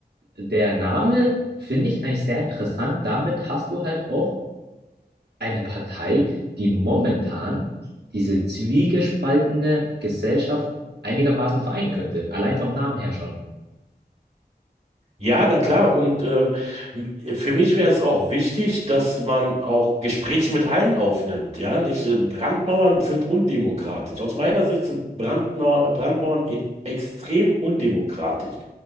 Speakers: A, on the right; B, on the right.
A: Der Name finde ich eigentlich sehr interessant. Damit hast du halt auch eine Partei, die momentan diese zwiegespaltene Gesellschaft einigermaßen vereinen könnte. Allein vom Namen her schon.
B: Ja, na klar. Und ähm, m- äh, für mich wäre es auch wichtig, dass man auch Gespräche mit allen aufnimmt. Ja, nicht äh, Brandmauern sind undemokratisch. Aus meiner Sicht sind Brandmauer, Brandmauern in extrem undemokratisch.